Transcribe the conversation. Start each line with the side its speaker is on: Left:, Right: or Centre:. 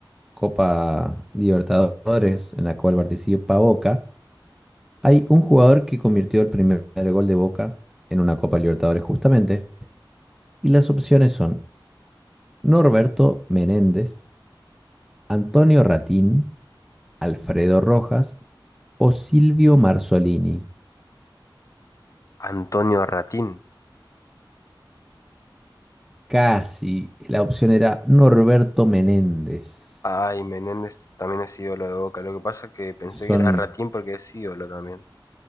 Centre: Copa Libertadores en la cual participa Boca. Hay un jugador que convirtió el primer gol de Boca en una Copa Libertadores justamente, y las opciones son Norberto Menéndez, Antonio Ratín, Alfredo Rojas o Silvio Marzolini.
Left: Antonio Ratín.
Centre: Casi. La opción era Norberto Menéndez.
Left: Ay, Menéndez también es ídolo de Boca. Lo que pasa es que pensé
Centre: Son,
Left: que era Ratín porque es ídolo también.